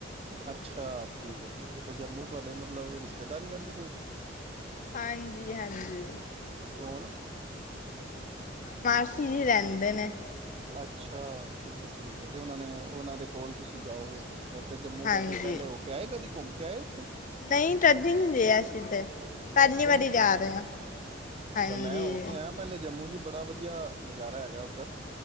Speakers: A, on the right; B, on the left.
A: ਅੱਛਾ ਠੀਕ ਹੈ। ਠੀਕ ਹੈ। ਤੇ ਜੰਮੂ ਤੁਹਾਡੇ ਮਤਲਬ ਰਿਸ਼ਤੇਦਾਰੀ ਰਹਿੰਦੀ ਕੋਈ।
B: ਹਾਂਜੀ ਹਾਂਜੀ
A: ਕੌਣ?
B: ਮਾਸੀ ਜੀ ਰਹਿੰਦੇ। <inaudible>
A: ਅੱਛਾ। ਠੀਕ ਹੈ। ਠੀਕ ਹੈ। ਜਥੇ ਉਹਨਾਂ ਨੇ ਉਹਨਾਂ ਦੇ ਕੋਲ ਤੁਸੀਂ ਕੀ ਜਾਓਗੇ ਤੇ। ਫ ਤੇ ਜੰਮੂ
B: ਹਾਂਜੀ
A: ਫਿਰ ਤੁਹੀ ਪਹਿਲੇ ਹੋ ਕੇ ਆਏ ਕਦੇ। ਘੁੰਮ ਕੇ ਆਏ ਉੱਥੇ।
B: ਨਹੀਂ। ਕਦੀ ਨੀ ਗਏ ਅਸੀਂ ਤੇ ਪਹਿਲੀ
A: ਅੱਛਾ,
B: ਵਾਰੀ ਜਾ ਰਹੇ ਹਾਂ
A: ਅੱਛਾ।
B: ਹਾਂਜੀ
A: ਮੈਂ ਹੋ ਕੇ ਆਇਆ ਪਹਿਲੇ ਜੰਮੂ ਚ ਬੜਾ ਵਧੀਆ ਨਜ਼ਾਰਾ ਹੈਗਾ ਉੱਧਰ।